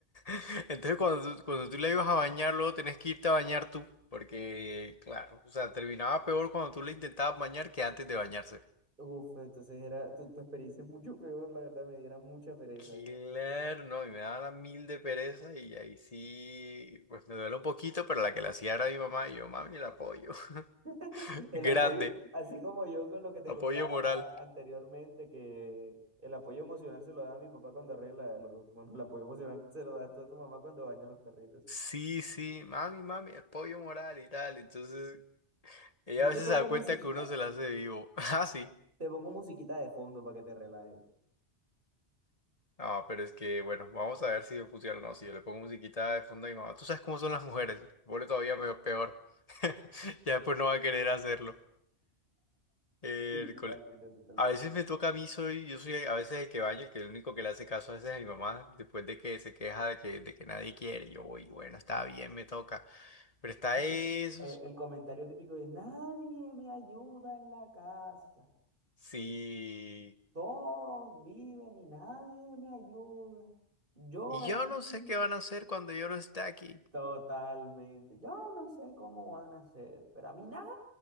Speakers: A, on the left; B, on the right.
A: <laughs> Entonces cuando tú, cuando tú le ibas a bañar, luego tenés que irte a bañar tú. Porque, claro, o sea, terminaba peor cuando tú le intentabas bañar que antes de bañarse.
B: Uf, entonces era, tu, tu experiencia es mucho peor, la verdad, me diera mucha pereza.
A: Claro, no, y me daba la mil de pereza y ahí sí, pues me duele un poquito, pero la que la hacía era mi mamá y yo, mami, el apoyo.
B: <laughs>
A: <laughs>
B: El
A: Grande,
B: apoyo, así como yo con lo que te contaba
A: apoyo moral.
B: anteriormente, que el apoyo emocional se lo da a mi papá cuando arregla algo. Bueno, el apoyo emocional se lo da tú a tu mamá cuando baña a los perritos.
A: Sí, sí, mami, mami, apoyo moral y tal. Entonces, ella
B: Yo
A: a veces
B: te pongo
A: se da
B: musiquita,
A: cuenta que uno se la hace vivo. <laughs> Ah, sí.
B: te pongo musiquita de fondo para que te relajes.
A: Ah, pero es que, bueno, vamos a ver si funciona o no. Si yo le pongo musiquita de fondo a mi mamá, tú sabes cómo son las mujeres, se pone todavía pe- peor. <laughs> Ya después no va a querer hacerlo. Hércules.
B: Sí, totalmente, totalmente.
A: A veces me toca a mí, soy, yo soy a veces el que baño, el que el único que le hace caso a veces a mi mamá, después de que se queja de que, de que nadie quiere. Yo voy, bueno, está bien, me toca. Pero está
B: Así,
A: eso,
B: eh, el comentario típico de nadie me ayuda en la casa.
A: sí.
B: Todos viven y nadie me ayuda. Yo
A: Y
B: aquí
A: yo no sé qué van a hacer cuando yo no esté aquí.
B: totalmente. Yo no sé cómo van a hacer, pero a mí nadie